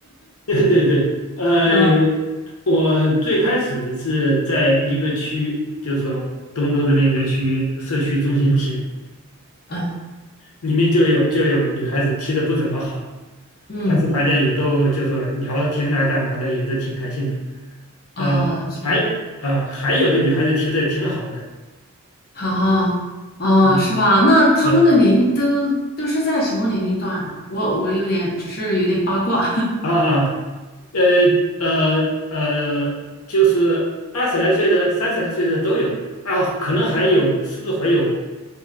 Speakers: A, on the left (about 80°); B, on the left (about 45°).
A: <laughs> 对对对，呃，
B: 嗯
A: 我最开始是在一个区，就是说东都这边一个区社区中心体里，
B: 嗯
A: 里面就有就有女孩子踢得不怎么好，
B: 嗯
A: 但是大家也都就说聊聊天呐、干嘛的，也都挺开心的。
B: 啊，
A: 呃，
B: 是啊，
A: 还呃还有的女孩子踢得挺好的，
B: 啊哦，
A: 嗯，
B: 是吧？那他们的年龄都都是在什么年龄段啊？
A: 对
B: 我我有点只是有点八卦
A: 啊，啊啊呃呃呃，就是二十来岁的、三十来岁的都有，啊，可能还有，是不是还有？